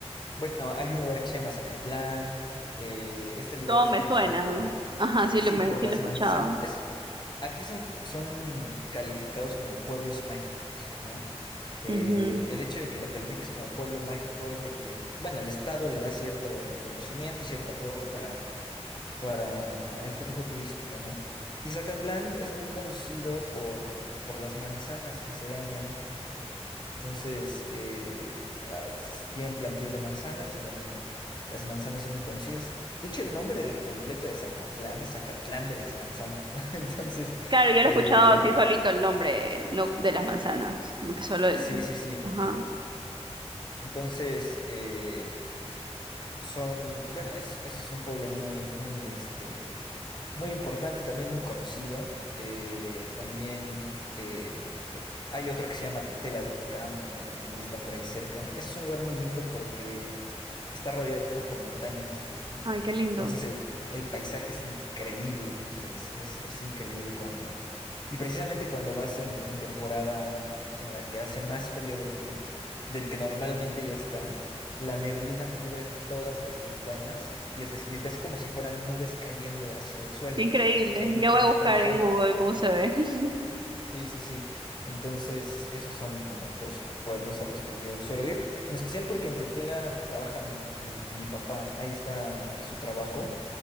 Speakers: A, on the left; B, on the right.
A: bueno, hay un lugar que se llama Zacatlán. eh, este lugar
B: Todo
A: es
B: me
A: conocido
B: suena.
A: por,
B: Ajá, sí
A: sí,
B: lo, me,
A: por
B: sí
A: las
B: lo he escuchado.
A: manzanas. Es, aquí son, son calificados como pueblos mágicos, ¿no? Eh,
B: Ujú.
A: el hecho de que lo califiques como pueblo mágico es de que, bueno, el estado le da cierto reconocimiento y cierto apoyo para, para el flujo turístico, ¿no? Y Zacatlán es muy conocido por, por las manzanas que se dan ahí. Entonces, eh, ah, s- tienen plantíos de manzanas y bueno, la- las manzanas son muy conocidas. De hecho, el nombre de completo de Zacatlán es Zacatlán de las manzanas, ¿no? <laughs> Entonces,
B: Claro, yo lo
A: eh,
B: he escuchado así solito el nombre, no de las manzanas. Como que solo el.
A: sí, sí, sí.
B: Ajá.
A: Entonces, eh, Son, bueno, es, ese es un pueblo muy, muy, este, muy importante, también muy conocido. Eh, también eh, eh, hay otro que se llama Tetela do Campo, ¿no? Que también está por ahí cerca. Ese es un lugar muy lindo porque está rodeado por montañas, ¿no?
B: Ay, qué lindo.
A: Entonces el, el paisaje es increíble, o sea, es, es, es increíble cuando... Y precisamente cuando vas en, en temporada en la que hace más frío del que, del que normalmente ya está la neblina cubre todas las montañas y es decir, ves como si fueran nubes cayendo hacia el suelo,
B: Qué increíble.
A: porque
B: Ya
A: pues
B: voy a
A: están
B: buscar
A: cay.
B: en Google cómo se ve. <laughs>
A: Sí, sí, sí. Entonces, esos son como dos pueblos a los que yo suelo ir, en especial porque en Tetela trabaja mi, mi, mi papá, ahí está eh, su trabajo.